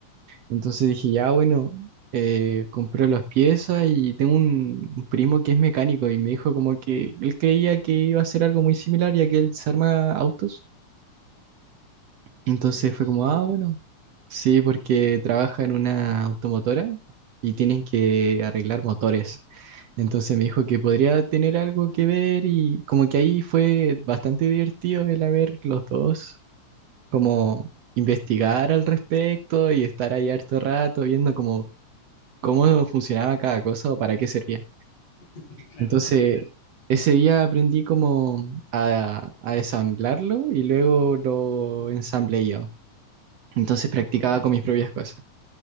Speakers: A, on the right (about 70°); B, on the left (about 55°).
A: Entonces dije, ya bueno, eh, compré las piezas y tengo un, un primo que es mecánico y me dijo como que él creía que iba a ser algo muy similar ya que él se arma autos. Entonces
B: Putos.
A: fue como, ah, bueno, sí, porque trabaja en una automotora y tienen que arreglar motores. Entonces me dijo que podría tener algo que ver y como que ahí fue bastante divertido el haber los dos, como investigar al respecto y estar ahí harto rato viendo como cómo funcionaba cada cosa o para qué servía.
B: <laughs> Claro.
A: Entonces ese día aprendí como a, a ensamblarlo y luego lo ensamblé yo. Entonces practicaba con mis propias cosas.